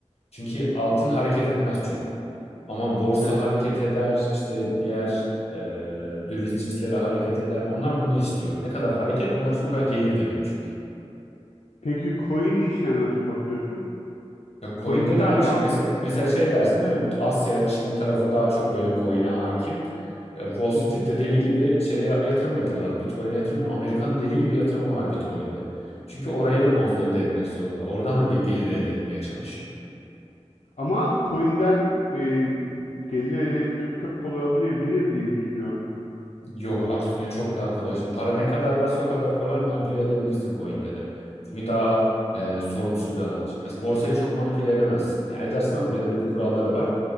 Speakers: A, on the left; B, on the left.
A: Çünkü altın hareket etmez çok. Ama borsa
B: evet.
A: hareket eder, işte diğer e, döviz cinsleri hareket eder. Onlar bunu istiyor. Ne kadar hareket onlar için o kadar gelir demek çünkü.
B: Peki coin işine nasıl bakıyorsun?
A: Ya coin'de
B: Coin sence
A: de aynı şey.
B: am-
A: Mesela, mesela şey dersin değil mi? Asya, Çin tarafı daha çok böyle coin'e hakim. E, Wall Street'te
B: Hı hı.
A: deli gibi şeye yatırım yapıyorlar. Bitcoin'e yatırım yapıyor. Amerika'nın deli gibi yatırımı var Bitcoin'de. Çünkü orayı da konsolide etmek zorunda. Oradan da bir gelir elde etmeye çalışıyor.
B: ama coin'den e, gelir elde etmek çok kolay olmayabilir diye düşünüyorum.
A: Yok aksine çok daha kolay. Şimdi para ne kadar varsa o kadar kolay manipüle edebilirsin coin'de de. Çünkü daha e, sorumsuz bir alan. Şimdi mesela borsayı çok manipüle edemezsin. Yani edersin ama belirli bir kuralları var.